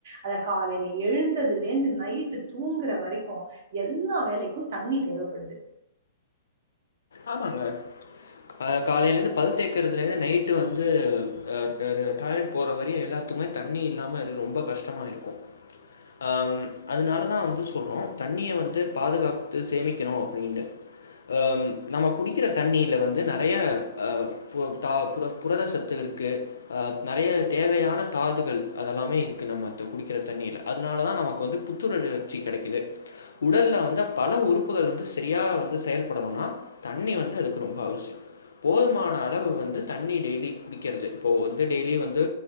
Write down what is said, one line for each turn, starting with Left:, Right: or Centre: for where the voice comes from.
Right: அத காலையி எழுந்ததுலேந்து நைட்டு தூங்குற வரைக்கு எல்லா வேலைக்கு தண்ணி தேவப்படுது
Left: ஆமாங்க அ. காலைலேந்து பல் தேக்கறதுலேர்ந்து நைட்டு வந்து அ.. ட. டாய்லெட் போற வரையு எல்லா மே தண்ணி இல்லாம ரொம்ப கஷ்டமா இருக்கு அ.. அதனாலதா வந்து சொல்றோ தண்ணிய வந்து பாதுகாத்து சேமிக்கணு அப்டின்னு ஆம் நாம குடிக்கிற தண்ணில வந்து நெறய ப.. பு... புரதசத்து இருக்கு அ.. நெறய தேவையான தாதுகள் அதெல்லாமே இருக்கு நம்ம குடிக்கிற தண்ணில அதனால தா நமக்கு வந்து புத்துணர்ச்சி கிடைக்குது உடல்ல வந்து பல உறுப்புகள் வந்து சரியா வந்து செயல்படணுனா தண்ணி வந்து அதுக்கு ரொம்ப அவசிய போதுமான அளவு வந்து தண்ணி டெய்லி குடிக்கறது இப்போ வந்து டெய்லி வந்து